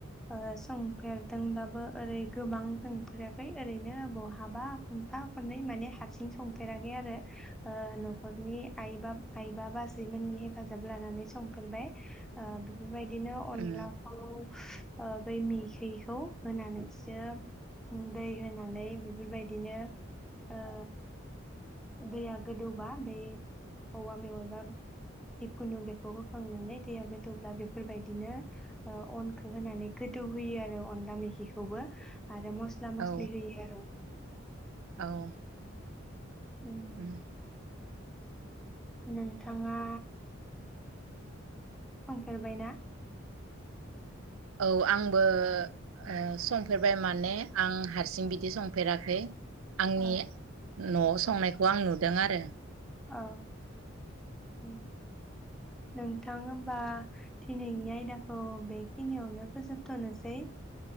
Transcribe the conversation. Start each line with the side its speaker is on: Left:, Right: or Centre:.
Centre: ओ संफेरदोंबाबो ओरै गोबां संफेराखै ओरैनो बहाबा खनफा खननै माने हारसिं संफेराखै आरो ओ न'खरनि आइब आइबा बाजैमोननि हेफाजाब लानानै संफेरबाय ओ <unintelligible> बेबायदिनो अनलाखौ
Right: उम
Centre: ओ बै मैखिइखौ होनानैसो दै होनानै बेबायदिनो ओ दैया गोदौबा बै औवा मेवाइ एबा दिखुनिउ बेखौ होखांनानै दैया गोदौब्ला बेफोरबायदिनो ओ अनखौ होनानै गोदौहोयो आरो अनला मेखिखौबो। आरो मस्ला -मसलि
Right: औ
Centre: होयो आरो
Right: औ।
Centre: ओम।
Right: उम
Centre: नोंथाङा संफेरबायना?
Right: औ आंबो ओ संफेरबाय माने आं हारसिं बिदि संफेराखै। आंनि
Centre: औ
Right: न'आव संनायखौ आं नुदों आरो।
Centre: औ ओम नोंथां होमबा दिनैनि आयदाखौ बेखिनियावनो फोजोबथ'नोसै।